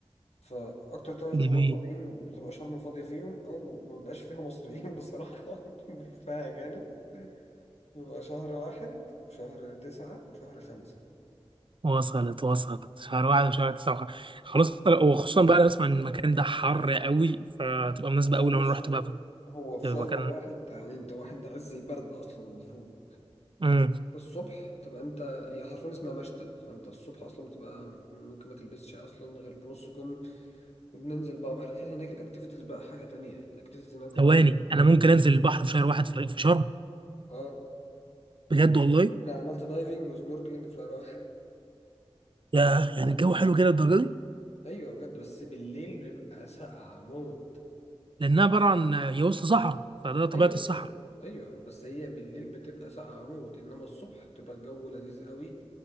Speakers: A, on the left (about 80°); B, on the right (about 50°).
A: فاكتر ثلاث
B: جميل
A: شهور فاضيين بتبقى شرم فاضيه فيهم او ما بيبقاش فيها مصريين بصراحه <laughs> فيها اجانب بيبقى شهر واحد وشهر تسعة وشهر خمسة
B: وصلت وصلت شهر واحد وشهر تسعة خلاص وخصوصا بقى انا بسمع ان المكان ده حر قوي فتبقى مناسبه
A: هو
B: قوي لو
A: بص
B: انا رحت بقى في
A: هو في
B: في
A: شهر
B: مكان
A: واحد يعني انت واحد ده عز البرد اصلا المفروض
B: إمم.
A: الصبح تبقى انت هي حرفيا اسمها مشتى فانت الصبح اصلا بتبقى ممكن ما تلبسش اصلا غير بنص كم وبننزل بقى بحر غير هناك الاكتيفيتيز بقى حاجه تانية يعني الاكتيفيتيز هناك
B: ثواني
A: وهم
B: انا ممكن انزل البحر في شهر واحد في في شرم
A: اه
B: بجد والله
A: انا عملت دايفنج وسنوركلينج في راح
B: يا يعني الجو حلو كده للدرجه دي
A: ايوه بجد بس بالليل بيبقى ساقعه موت
B: لانها عباره عن هي وسط صحراء فده طبيعه
A: ايوه
B: الصحراء
A: ايوه ايوه بس هي بالليل بتبقى ساقعه موت انما الصبح بتبقى الجو لذيذ قوي